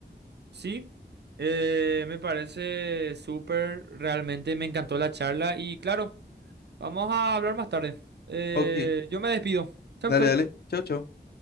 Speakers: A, on the right (about 75°); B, on the left (about 65°).
A: sí, eh, me parece súper, realmente me encantó la charla y claro, Vamos a hablar más tarde. Eh,
B: Ok,
A: yo me despido. Chau,
B: dale,
A: chau.
B: dale. Chau, chau.